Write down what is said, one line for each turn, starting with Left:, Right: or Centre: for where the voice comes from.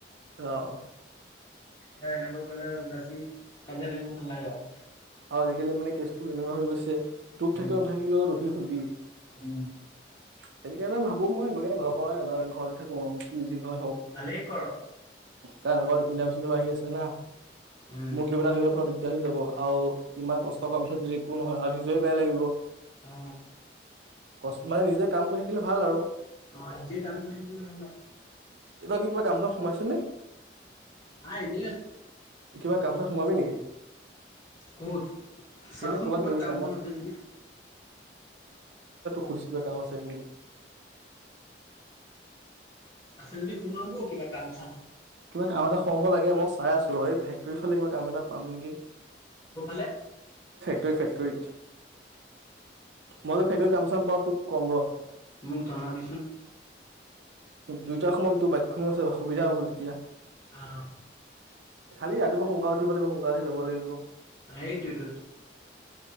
Right: অঁ।
Left: এ এনেকৈ কলে যাচি কাজিয়া লাগিব নালাগে আৰু
Right: আৰু আজিকালি মানে কেচটো এনেকুৱা হৈ গৈছে। দুখ
Left: উম
Right: থাকিল নাথাকিলেও দুখী হ'ল। বি।
Left: উম।
Right: সেইটো কাৰণে ভাবো মই গৈ কিনে ঘৰ পৰাই ঘৰতে থাকো আও। যি হয় হওক।
Left: ভালেই কৰ
Right: কাৰ আগ ইনটাভিও চিনটাভিও আহি আছে না। <unintelligible>
Left: উম
Right: মগিবৰা হৈ ফ। <unintelligible> হৈ যাব আৰু। ইমান কষ্ট কৰাৰ পিছত যদি একো নহয় আৰু নিজয়ে বেয়া লাগিব।
Left: অ
Right: ক মানে নিজে কাম। গ থাকিলে ভাল আৰু।
Left: অঁ, নিজে কাম কৰিম ভাল আও।
Right: এ কি কিবা কাম চাম সোমাইছ নে?
Left: নাই এনে আছো।
Right: কিবা কাম চাম সোমাবি নেকি?
Left: কত চাচোন
Right: এনে ক'ৰবাত
Left: ক'বাত
Right: কিবা কিবি
Left: কাম
Right: কামত
Left: চাম আছে যদি।
Right: খুচিপা কাম আছে নেকি?
Left: আছে যদি সোমাও ব কিবা কাম চাম।
Right: কিবা কাম এটা সোমাব লাগে মই চাই আছো এই ফেক্টৰী ফালে কিবা কাম এটা পাম নেকি?
Left: ক'ফালে?
Right: টেই ফেক্টৰীত। মই - ফেক্টৰী কামচাম পাও তোক কম ৰ।
Left: মোক জনাবিচোন।
Right: দুইটা সমানতো, বাইকখনো আছে। অসুবিধা হ'ব তেতিয়া।
Left: অ',
Right: খালি ৰাতিপুৱা সোনকাল উঠিব লাগিব, সোনকালে উঠি যাব লাগিব।
Left: সেইটোৱেটো।